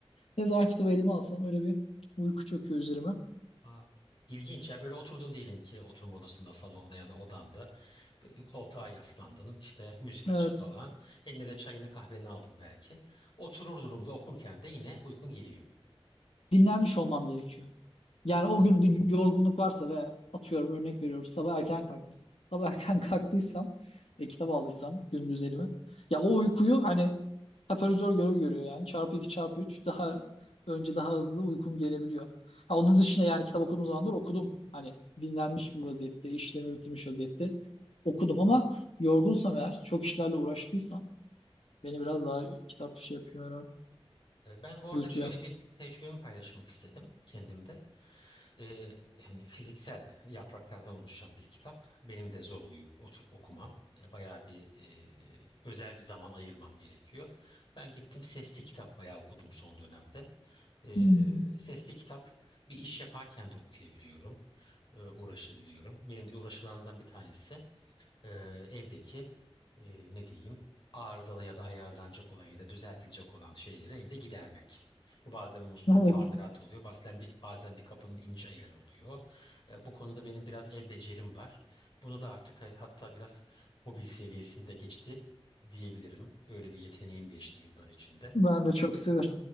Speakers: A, on the left; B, on the left.
A: ne zaman kitabı elime alsam öyle bir uyku çöküyor üzerime.
B: aa, ilginç ya böyle oturdun diyelim ki oturma odasında, salonda ya da odanda. Böyle bir koltuğa yaslandın, işte müzik açık
A: Evet.
B: falan. Eline de çayını kahveni aldın belki. Oturur durumda okurken de yine uykun geliyor.
A: Dinlenmiş olmam gerekiyor. Yani o
B: Hı.
A: gün bir yorgunluk varsa ve atıyorum örnek veriyorum sabah erken kalktım. Sabah erken <laughs> kalktıysam ve kitap aldıysam gündüz elime. Ya o uykuyu hani katalizör görevi görüyor yani. Çarpı 2 çarpı 3 daha önce daha hızlı uykum gelebiliyor. Ha, onun dışında yani kitap okuduğum zamanlar okudum. Hani dinlenmiş bir vaziyette, işlerimi bitirmiş vaziyette okudum ama yorgunsam eğer, çok işlerle uğraştıysam beni biraz daha kitap şey yapıyor herhalde,
B: E, Ben orada
A: uyutuyor.
B: şöyle bir tecrübemi paylaşmak istedim kendimde. Ee, yani fiziksel yapraklardan oluşan bir kitap. Benim de zor oluyor oturup okumam. E, Bayağı bir e, özel bir zaman ayırmam gerekiyor. Ben gittim sesli kitap bayağı okudum son dönemde. Ee,
A: Hmm. <laughs>
B: sesli kitap bir iş yaparken de okuyabiliyorum. e, uğraşabiliyorum. Benim bir de uğraşılarımdan bir tanesi e, evdeki e, ne diyeyim arızalı ya da ayarlanacak olan ya da düzeltilecek olan şeyleri evde gidermek. Bu bazen bir musluğun
A: Evet,
B: tamiratı oluyor. Bazen bir, bazen bir kapının ince ayarı oluyor. E, bu konuda benim biraz el becerim var. Bunu da artık ha- hatta biraz hobi seviyesinde geçti diyebilirim. Öyle bir yeteneğim geçti yıllar içinde.
A: ben de çok severim.